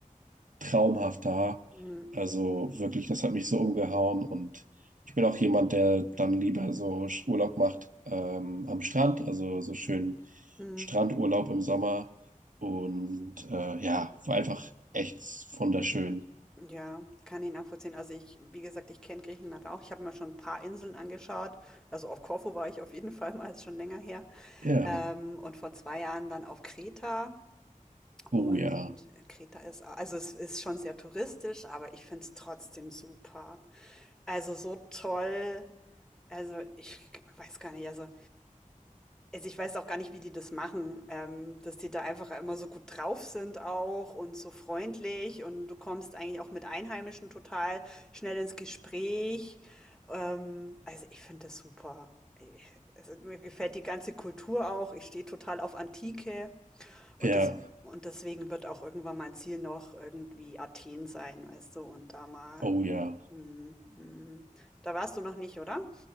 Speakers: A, on the right; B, in the centre.
A: traumhaft da.
B: Mhm.
A: Also wirklich, das hat mich so umgehauen und ich bin auch jemand, der dann lieber so Sch- Urlaub macht ähm, am Strand, also so schön
B: Mhm.
A: Strandurlaub im Sommer und äh, ja, war einfach echt wunderschön.
B: Ja, kann ich nachvollziehen. Also ich, wie gesagt, ich kenne Griechenland auch. Ich habe mir schon ein paar Inseln angeschaut. Also auf Korfu war ich auf jeden <laughs> Fall mal, ist schon länger her.
A: Ja,
B: Ähm, und vor zwei Jahren dann auf Kreta.
A: oh
B: Und
A: ja,
B: Kreta ist, au- also es ist schon sehr touristisch, aber ich finde es trotzdem super. Also so toll. Also ich weiß gar nicht, also also, ich weiß auch gar nicht, wie die das machen, ähm, dass die da einfach immer so gut drauf sind auch und so freundlich und du kommst eigentlich auch mit Einheimischen total schnell ins Gespräch. Ähm, also, ich finde das super. Ich- Also, mir gefällt die ganze Kultur auch. Ich stehe total auf Antike und
A: ja,
B: das, und deswegen wird auch irgendwann mein Ziel noch irgendwie Athen sein, weißt du, und da mal,
A: oh ja.
B: mm, mm. Da warst du noch nicht, oder?